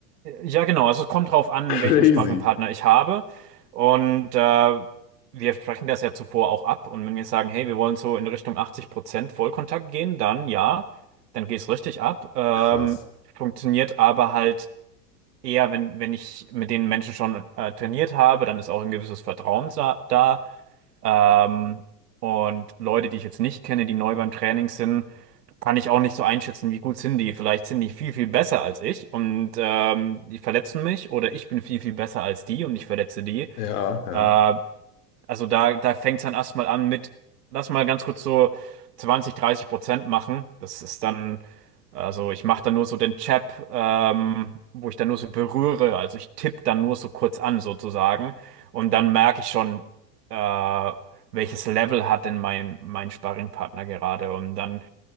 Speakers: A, on the right; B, on the left.
A: ja, genau. Also es kommt drauf an,
B: <laughs>
A: welchen Sparringpartner
B: Crazy.
A: ich habe. Und äh, wir sprechen das ja zuvor auch ab. Und wenn wir sagen, hey, wir wollen so in Richtung 80% Vollkontakt gehen, dann ja, dann geht's richtig ab. Ähm,
B: Krass.
A: funktioniert aber halt eher, wenn, wenn ich mit den Menschen schon äh, trainiert habe, dann ist auch ein gewisses Vertrauen da. da. Ähm, und Leute, die ich jetzt nicht kenne, die neu beim Training sind, kann ich auch nicht so einschätzen, wie gut sind die. Vielleicht sind die viel, viel besser als ich und ähm, die verletzen mich oder ich bin viel, viel besser als die und ich verletze die.
B: Ja. Ja, ja.
A: Ähm, also da, da fängt es dann erstmal an mit, lass mal ganz kurz so 20, 30 Prozent machen. Das ist dann, also ich mache dann nur so den Chap, ähm, wo ich dann nur so berühre. Also ich tippe dann nur so kurz an sozusagen. Und dann merke ich schon, äh, welches Level hat denn mein, mein Sparringpartner gerade. Und dann